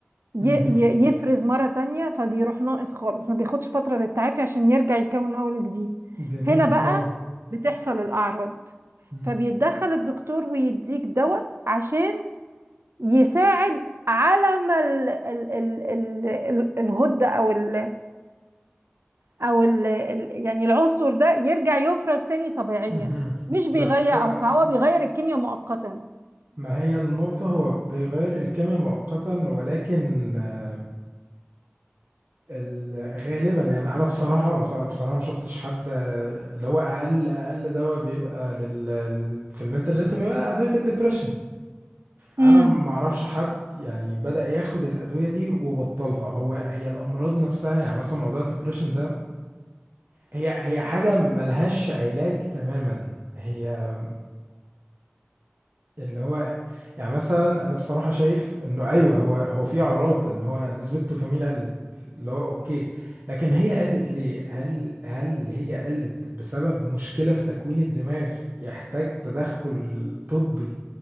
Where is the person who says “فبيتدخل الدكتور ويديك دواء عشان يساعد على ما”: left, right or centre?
Right